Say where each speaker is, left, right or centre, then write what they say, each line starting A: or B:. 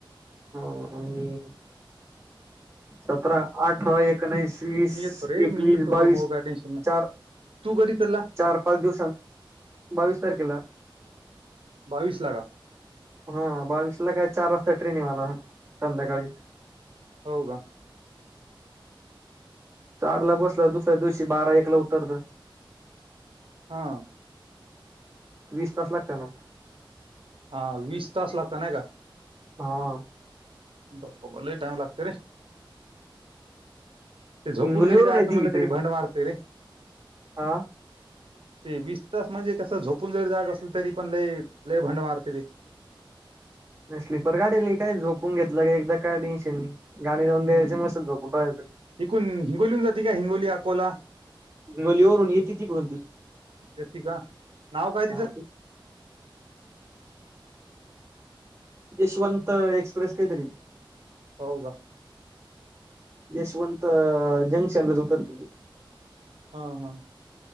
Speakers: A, on the right; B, on the right.
A: हो आणि सतरा, आठरा, एकोणीस, वीस,
B: मी येतो रे
A: एकवीस,
B: मी येतो
A: बावीस
B: मग काय टेन्शन नाही
A: चार
B: तू कधी चालला
A: चार पाच दिवसां बावीस तारखेला
B: बावीस लागा
A: हा बावीस ला काय चार वाजता ट्रेन आहे मला संध्याकाळी
B: हो का
A: चार ला बसला दुसऱ्या दिवशी बारा एकला उतरत
B: हा
A: वीस तास लागता ना.
B: हा वीस तास लागता नाही का
A: हा
B: बापा लई टाइम लागत रे. ते झोपून
A: हिंगोलीवरून
B: जरी जायचं
A: येते
B: म्हणलं
A: ही ट्रेन
B: तरी भंड मारतेय रे
A: हा
B: तेवीस तास म्हणजे कस झोपून जरी जाग असलं तरी पण लय लय भंड मारते ते
A: नाही स्लीपर गाडीली काय झोपून घेतलं का एकदा काय टेंशन नाही गाणी लावून द्यायचे
B: हम्म
A: मस्त झोपून राहायचं
B: इकूण हिंगोलीन जाते का हिंगोली अकोला
A: गोलीवरून येति तीकणती
B: येते का नाव काय तिचं
A: ह त यशवंत एक्सप्रेस काहीतरी
B: हो का
A: यशवंत जंक्शनल उतरते
B: हा हा